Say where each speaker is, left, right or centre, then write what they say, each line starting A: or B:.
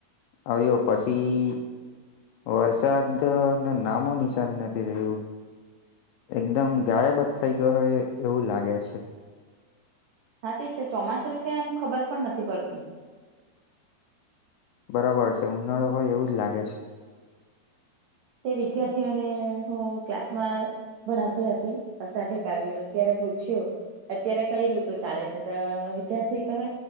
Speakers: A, on the left; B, on the right.
A: આવ્યો પછી વરસાદ નુ નામો નિશાન નથી રહ્યું. એકદમ ગાયબ થઈ ગયો હોય એવું લાગે છે.
B: હા તે ચોમાસું છે એમ ખબર પણ નથી પડતી.
A: બરાબર છે ઉનાળો હોય એવુંજ લાગે છે.
B: તે વિદ્યાર્થીઓને હું ક્લાસમાં ભણાવતી હતી અસાઢ કાવ્ય અત્યારે પૂછ્યું અત્યારે કઈ ઋતુ ચાલે છે તો વિદ્યાર્થી કહે